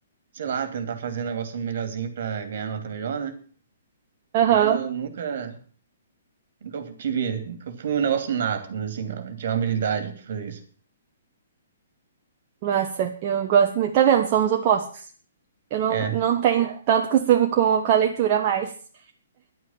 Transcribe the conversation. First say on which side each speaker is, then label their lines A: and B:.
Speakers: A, on the right; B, on the right.
A: sei lá, tentar fazer um negócio melhorzinho pra ganhar nota melhor, né?
B: Aham.
A: Mas eu nunca. Nunca tive. Nunca fui um negócio nato, assim, ó. Tinha uma habilidade de fazer isso.
B: Nossa, eu gosto muito. Tá vendo? Somos opostos. Eu não,
A: É.
B: não tenho tanto costume com, com a leitura mais.